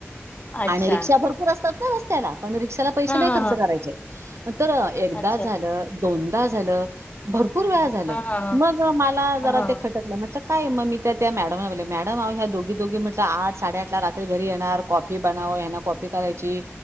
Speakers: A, on the left (about 35°); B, on the right (about 80°).
A: अच्छा
B: आणि रिक्षा भरपूर अस -- फक्त रसत्याला -- पण रिक्षाला पैसे
A: हा
B: नाही
A: हा
B: खर्च
A: हा
B: करायचे. ह तर एकदा
A: अच्छा
B: झालं -- दोनदा झालं भर--. पूर वेळा झालं
A: हा हा
B: मग मला
A: हा
B: जरा
A: हा हा
B: ते -- म्हटलं काय मी त्या त्या मॅडम ला बोलो मॅडम आओ या दोघी दोघी म्हटलं आठ साडे आठ ला रात्री घरी येणार ‌कॉफी बनव यांना कॉफी करायची